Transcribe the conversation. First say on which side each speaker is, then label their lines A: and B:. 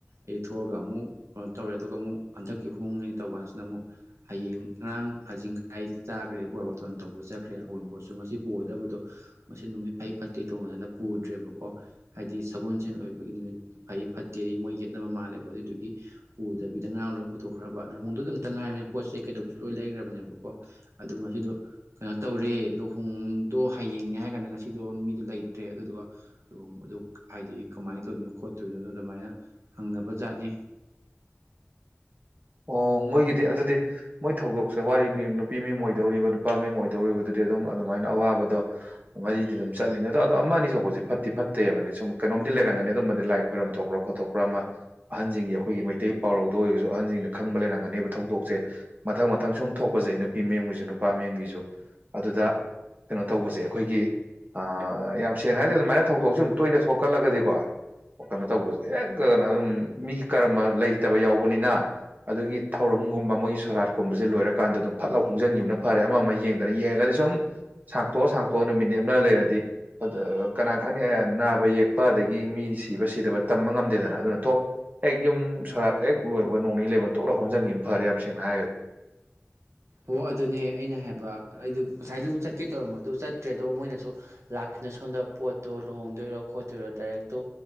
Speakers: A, on the right; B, on the right.
A: ꯌꯩꯊꯣꯛꯑꯒ ꯑꯃꯨꯛ ꯀꯩꯅꯣ ꯇꯧꯔꯦ ꯑꯗꯨꯒ ꯑꯃꯨꯛ ꯍꯟꯗꯛꯀꯤ ꯍꯣꯡꯉꯅꯤ ꯇꯧꯀꯥꯟꯁꯤꯗ ꯑꯃꯨꯛ ꯍꯌꯦꯡ ꯉꯔꯥꯡ ꯍꯩꯖꯤꯡ ꯈꯔꯥꯏ ꯆꯥꯒ꯭ꯔꯦ ꯕꯣꯔꯕꯥꯥꯇꯣꯟ ꯇꯧꯕ ꯆꯠꯈ꯭ꯔꯦ ꯑꯋꯨꯟ ꯄꯣꯠꯁꯨ ꯉꯁꯤ ꯄꯨꯒꯗꯕꯗꯣ ꯉꯁꯤ ꯅꯨꯃꯤꯠ ꯐꯩ ꯐꯠꯇꯦ ꯇꯧꯅꯗꯅ ꯄꯨꯗ꯭ꯔꯦꯕꯀꯣ ꯍꯥꯏꯗꯤ ꯁꯒꯣꯜꯁꯦꯟ ꯑꯣꯏꯕꯒꯤ ꯅꯨꯃꯤꯠ ꯐꯩ ꯐꯠꯇꯦ ꯃꯣꯏ ꯌꯦꯠꯅꯕ ꯃꯥꯜꯂꯦꯕ ꯑꯗꯨꯏꯗꯨꯒꯤ ꯄꯨꯗꯕꯤꯗ ꯉꯔꯥꯡ ꯂꯣꯏꯅ ꯄꯨꯊꯣꯛꯈ꯭ꯔꯕ ꯂꯨꯍꯣꯡꯗꯣꯏꯗꯨ ꯈꯛꯇ ꯉꯥꯏꯔꯃꯤꯅ ꯄꯣꯠ ꯆꯩ ꯀꯩꯗꯧꯕꯁꯨ ꯂꯣꯏ ꯂꯩꯒ꯭ꯔꯕꯅꯦꯕꯀꯣ ꯑꯗꯨ ꯉꯁꯤꯗꯨ ꯀꯩꯅꯣ ꯇꯧꯔꯦ ꯂꯨꯍꯣꯡꯗꯣ ꯍꯌꯦꯡꯅꯦ ꯍꯥꯏꯀꯥꯟꯗ ꯉꯁꯤꯗꯣ ꯃꯤꯗꯣ ꯂꯩꯇ꯭ꯔꯦ ꯑꯗꯨꯗꯨꯒ ꯂꯨꯍꯣꯡꯕꯗꯨ ꯍꯥꯏꯗꯤ ꯀꯃꯥꯏ ꯇꯧꯗꯣꯏꯅꯣ ꯈꯣꯠꯇꯣꯏꯅꯣꯗꯨ ꯑꯗꯨꯃꯥꯏꯅ ꯍꯪꯅꯕ ꯖꯥꯠꯅꯤ
B: ꯑꯣ ꯃꯣꯏꯒꯤꯗꯤ ꯑꯗꯨꯗꯤ ꯃꯣꯏ ꯊꯧꯗꯣꯛꯁꯦ ꯋꯥꯔꯤꯅꯤ ꯅꯨꯄꯤ ꯃꯌꯨꯝ ꯑꯣꯏꯗꯧꯔꯤꯕ ꯅꯨꯄꯥ ꯃꯌꯨꯝ ꯑꯣꯏꯗꯧꯔꯤꯕꯗꯨꯗꯤ ꯑꯗꯨꯝ ꯑꯗꯨꯃꯥꯏꯅ ꯑꯋꯥꯕꯗꯣ ꯃꯔꯤꯗꯤ ꯑꯗꯨꯝ ꯆꯠꯂꯤꯅꯤ ꯑꯗꯣ ꯑꯗꯣ ꯑꯃꯅꯤ ꯁꯣꯛꯄꯁꯤ ꯐꯠꯇꯤ ꯐꯠꯇꯦꯕꯅꯤ ꯁꯨꯝ ꯀꯩꯅꯣꯝꯗꯤ ꯂꯩꯔꯝꯒꯅꯤ ꯑꯗꯨꯝꯕꯗꯤ ꯂꯥꯏ ꯈꯣꯏꯔꯝ ꯊꯣꯛꯄꯥ ꯈꯣꯠꯇꯣꯛꯄ ꯄ꯭ꯔꯥ ꯑꯃ ꯑꯍꯟꯖꯤꯡꯒꯤ ꯑꯩꯈꯣꯏꯒꯤ ꯃꯩꯇꯩ ꯄꯥꯎꯔꯧꯗ ꯑꯣꯏꯔꯒꯁꯨ ꯑꯍꯟꯖꯤꯡꯅ ꯈꯪꯕ ꯂꯩꯔꯝꯒꯅꯦꯕ ꯊꯧꯗꯣꯛꯁꯦ ꯃꯊꯪ ꯃꯊꯪ ꯁꯨꯝ ꯊꯣꯛꯄꯖꯦ ꯅꯨꯄꯤ ꯃꯌꯨꯝꯒꯤꯁꯨ ꯅꯨꯄꯥ ꯃꯌꯨꯝꯒꯤꯁꯨ ꯑꯗꯨꯗ ꯀꯩꯅꯣ ꯇꯧꯕꯁꯦ ꯑꯩꯈꯣꯏꯒꯤ ꯑꯥ ꯌꯥꯝ ꯁꯦꯡꯅ ꯍꯥꯏꯔꯗꯤ ꯑꯗꯨꯃꯥꯏꯅ ꯊꯧꯗꯣꯛꯁꯤ ꯁꯨꯝ ꯇꯣꯏꯅ ꯊꯣꯛꯀꯜꯂꯒꯗꯤꯀꯣ ꯀꯩꯅꯣ ꯇꯧꯕꯁꯦ ꯍꯦꯛ ꯀ ꯅꯑꯗꯨꯝ ꯃꯤꯒꯤ ꯀꯔꯃ ꯂꯩꯇꯕ ꯌꯥꯎꯕꯅꯤꯅ ꯑꯗꯨꯒꯤ ꯊꯧꯔꯝꯒꯨꯝꯕ ꯃꯣꯏꯒꯤ ꯁꯣꯔꯥꯠꯀꯨꯝꯕꯁꯦ ꯂꯣꯏꯔꯀꯥꯟꯗ ꯑꯗꯨꯝ ꯐꯠꯂꯥꯎ ꯍꯣꯡꯖꯤꯟꯈꯤꯕꯅ ꯐꯔꯦ ꯑꯃ ꯑꯃ ꯌꯦꯡꯗꯅ ꯌꯦꯡꯉꯒꯗꯤ ꯁꯨꯝ ꯁꯥꯡꯇꯣꯛꯑ ꯁꯥꯡꯇꯣꯛꯑ ꯅꯨꯃꯤꯠ ꯂꯦꯞꯅ ꯂꯩꯔꯗꯤ, ꯑꯗ ꯀꯅꯥ ꯈꯪꯅꯤ ꯅꯥꯕ ꯌꯦꯛꯄ ꯑꯗꯒꯤ ꯃꯤꯗꯤ ꯁꯤꯕ ꯁꯤꯗꯕ ꯇꯝꯕ ꯉꯝꯗꯦꯗꯅ ꯑꯗꯨꯅ ꯊꯣꯛ ꯍꯦꯛ ꯌꯨꯝ ꯁꯣꯔꯥꯠ ꯍꯦꯛ ꯂꯣꯏꯕ ꯅꯣꯡ ꯅꯤꯅꯤ ꯂꯩꯕꯒ ꯊꯣꯛꯂꯥꯎ ꯍꯣꯟꯖꯤꯟꯈꯤꯕꯅ ꯐꯔꯦ ꯌꯥꯝ ꯁꯦꯡꯅ ꯍꯥꯏꯔꯒꯗꯤ꯫
A: ꯑꯣ ꯑꯗꯨꯅꯦ ꯑꯩꯅ ꯍꯥꯏꯕ ꯑꯩꯗꯨ ꯉꯁꯥꯏꯗꯨ ꯆꯠꯀꯦ ꯇꯧꯔꯝꯕꯗꯨ ꯆꯠꯇ꯭ꯔꯦ ꯑꯗꯨꯗꯣ ꯃꯣꯏꯅꯁꯨ ꯂꯥꯛꯈꯤꯅ ꯁꯣꯝꯗ ꯄꯣꯠꯇꯣ ꯂꯨꯍꯣꯡꯗꯣꯏꯔꯣ ꯈꯣꯠꯇꯣꯏꯔꯣ ꯗꯥꯏꯔꯦꯛꯇꯣ